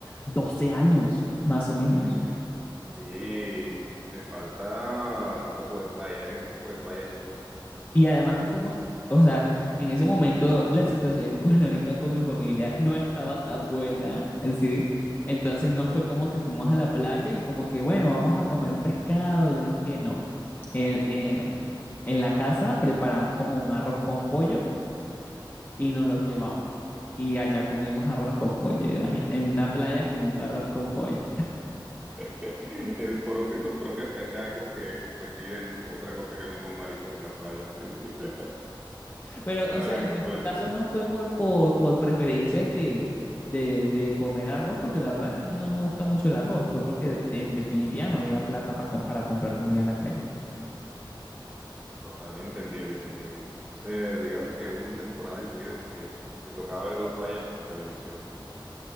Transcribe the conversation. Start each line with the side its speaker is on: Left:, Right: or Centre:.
Left: 12 años, más o menos.
Right: <laughs> Ve, te falta un poco de playa, ¿eh? Un poco de playa y sol.
Left: Y además que fuimos o sea, en ese momento la situación económica con mi familia no estaba tan buena, ¿sí? Entonces no fue como que fuimos a la playa y como que, bueno, vamos a comer un pescado, yo no sé qué, no. Eh, eh, en la casa preparamos como un arroz con pollo, y nos los llevamos. Y allá comimos arroz con pollo, imagínate, en una playa comiendo arroz con pollo.
Right: <laughs> El propio, los propios cachacos que, que piden otra cosa que no son maricos en la playa, sí, sí. <laughs>
Left: Pero,
Right: Ay,
Left: o sea, en
Right: no
Left: nuestro
Right: puede
Left: caso
Right: ser.
Left: no fue por, por, por preferencia que de, de comer arroz, porque la verdad es que a mí no me gusta mucho el arroz, fue porque de- en definitiva no había plata pa com- para comprar comida en la calle.
Right: Total, entendible, entendible. Entonces, digamos que hubo una temporada en tu vida en la que te tocaba ver la playa por televisión, ¿no?